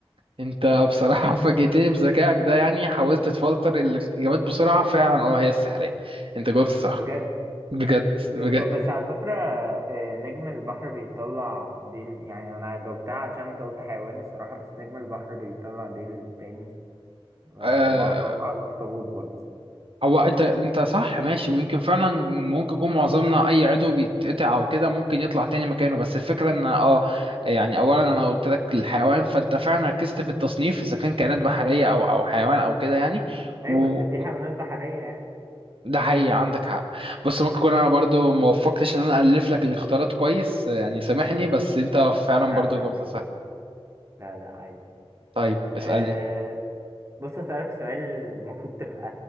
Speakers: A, on the right; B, on the right.
A: انت بصراحة <laughs> فاجئتني بذكائك ده يعني حاولت تفلتر الإجابات بسرعة فعلا اه هي السحلية انت جاوبت صح
B: بجد
A: بجد بجد
B: طب بس على فكرة آه، نجم البحر بيطلع ديل يعني أنا جاوبتها عشان أنت قلت حيوان الصراحة بس نجم البحر بيطلع ديل تاني آه،
A: آه
B: وأتوقع الأخطبوط برضه
A: هو انت انت صح ماشي ويمكن فعلا ممكن يكون معظمنا اي عضو بيتقطع او كده ممكن يطلع تاني مكانه بس الفكرة ان اه يعني اولا انا قلت لك الحيوان فانت فعلا ركزت في التصنيف اذا كان كائنات بحرية او او حيوان او كده يعني
B: أيوة
A: و-
B: بس في حيوانات بحرية يعني
A: ده حقيقي عندك حق بص ممكن اكون انا برضو ما وفقتش ان انا الف لك الاختيارات كويس يعني سامحني بس انت فعلا
B: لا
A: برضو
B: لا
A: جاوبت
B: عادي
A: صح
B: لا لا عادي
A: طيب
B: أه
A: اسالني
B: بص أسألك سؤال المفروض تبقى